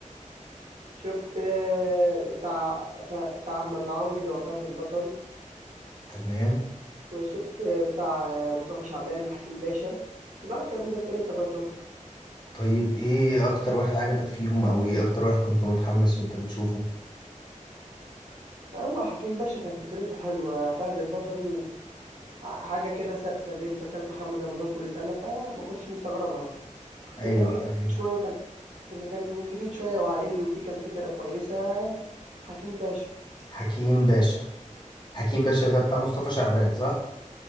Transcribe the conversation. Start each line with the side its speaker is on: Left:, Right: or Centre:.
Right: شفت آه بتاع ف- بتاع احمد العوضي اللي هو فهد البطل
Left: تمام
Right: وشفت آه بتاع آه، مصطفى شعبان حكيم باشا دول اكتر مسلسلين تابعتهم
Left: طيب ايه اكتر واحد عجبك فيهم او ايه اكتر واحد كنت متحمس وانت بتشوفه
Right: هو حكيم باشا كان فكرته حلوه فهد البطل ع- حاجه كده ثابته زي مسلسلات محمد رمضان كل سنه فما كنتش مستغربها اللي
Left: ايوه
Right: كان جديد
Left: ايوه
Right: شوية وكان اللي كان جديد شوية وعائلي وفيه كان فكرة كويسة حكيم باشا
Left: حكيم باشا حكيم باشا ده بتاع
Right: اه
Left: مصطفى شعبان صح